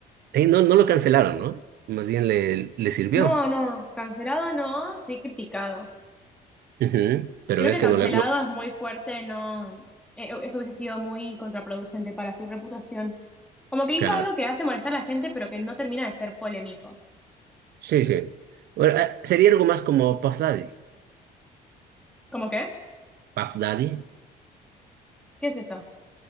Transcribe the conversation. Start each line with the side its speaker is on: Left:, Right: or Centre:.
Right: ahí no, no lo cancelaron, ¿no? Más bien le, le sirvió.
Centre: No, no, cancelado no, sí criticado.
Right: Ujú, Pero
Centre: Creo
Right: ves
Centre: que
Right: que
Centre: cancelado
Right: no le... No,
Centre: es muy fuerte, no, eh, eh, eso hubiese sido muy contraproducente para su reputación. Como que hizo
Right: claro,
Centre: algo que hace molestar a la gente, pero que no termina de ser polémico.
Right: sí, sí. Bueno, eh, sería algo más como Puff Daddy.
Centre: ¿Cómo qué?
Right: Puff Daddy,
Centre: ¿Qué es eso?